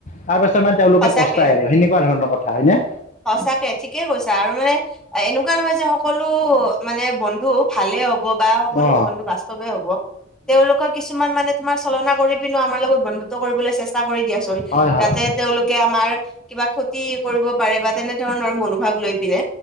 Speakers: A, on the left; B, in the centre.
A: তাৰ পাছত মানে তেওঁলোকে
B: সঁচাকে
A: পস্তাই আৰু সেনেকুৱা ধৰণৰ কথা হয় নে?
B: সঁচাকে ঠিকে কৈছা আৰু মানে এনেকুৱা নহয় যে সকলো মানে বন্ধু ভালে হ'ব বা সকলো
A: অ
B: বন্ধু বাস্তৱে হ'ব, তেওঁলোকৰ কিছুমান মানে তোমাৰ চলনা কৰি পিনে আমাৰ লগত বন্ধু কৰিবলৈ চেষ্টা কৰে দিয়াচোন
A: হয় হয়
B: যাতে তেওঁলোকে আমাৰ কিবা ক্ষতি কৰিব পাৰে বা তেনেধৰণৰ মনোভাৱ লৈ পিনে,